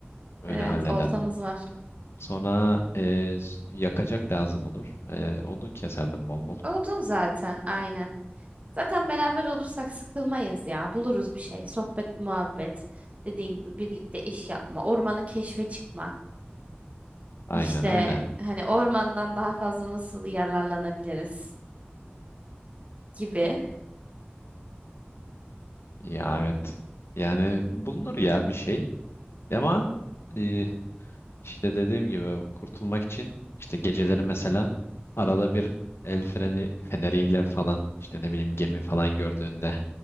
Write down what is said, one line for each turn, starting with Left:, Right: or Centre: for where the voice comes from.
Left: Öyle
Right: Evet
Left: hallederdim.
Right: oltamız var.
Left: Sonra e, s- yakacak lazım olur. E, odun keserdim bol bol.
Right: Odun zaten aynen. Zaten beraber olursak sıkılmayız ya. Buluruz bir şey. Sohbet, muhabbet. Dediğin gibi birlikte iş yapma. Ormanı keşfe çıkma.
Left: Aynen
Right: İşte
Left: öyle.
Right: hani ormandan daha fazla nasıl yararlanabiliriz gibi.
Left: Ya evet. Yani bulunur ya bir şey. Ama e, işte dediğim gibi kurtulmak için işte geceleri mesela arada bir el freni feneriyle falan işte ne bileyim gemi falan gördüğünde